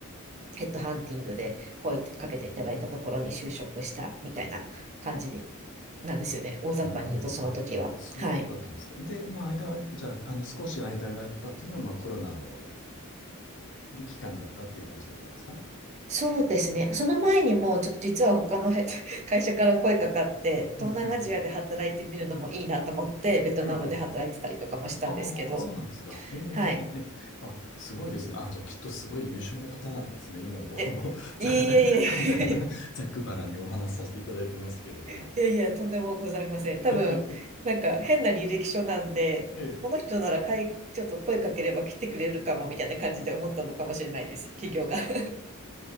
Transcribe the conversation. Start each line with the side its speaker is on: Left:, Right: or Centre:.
Right: ヘッドハンティングで声かけていただいたところに就職したみたいな感じなんですよね。大雑把に言うとその時は。
Left: なるほど。あ、そういうことだったんですね。
Right: はい。
Left: で、まあ、間は、じゃあ、あの、少し間があったっていうのは、まあ、コロナの期間だったっていう感じだったんですか
Right: そうですね。その前にも、ちょっと実は他のへ <laughs> 会社から声かかって、
Left: うんうんうん。
Right: 東南アジアで働いてみるのもいいなと思って、ベトナムで働いてたりとかもしたんですけど、
Left: ええ。ああ、そうなんですか。ええ。
Right: はい。
Left: <laughs> あ、すごいですね。あ、じゃあきっとすごい優秀な方なんですね。今、こう、
Right: え、
Left: ざ、
Right: いえ
Left: <laughs>
Right: いえいえ、
Left: ざっくばらんにお話しさせていただいてますけれども。
Right: <laughs> いやいや、とんでもございません。
Left: <laughs>
Right: 多分、なんか変な履歴書なんで、
Left: ええ。
Right: この人ならかい、ちょっと声かければ来てくれるかもみたいな感じで思ったのかもしれないです、企業が。<laughs>